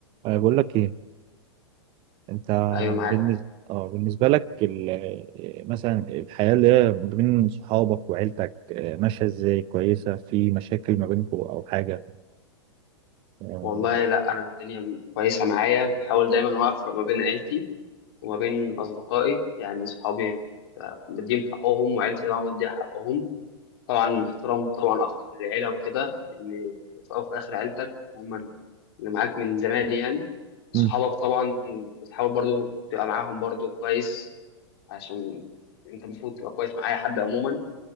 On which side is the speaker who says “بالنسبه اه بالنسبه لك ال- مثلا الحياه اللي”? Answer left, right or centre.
Right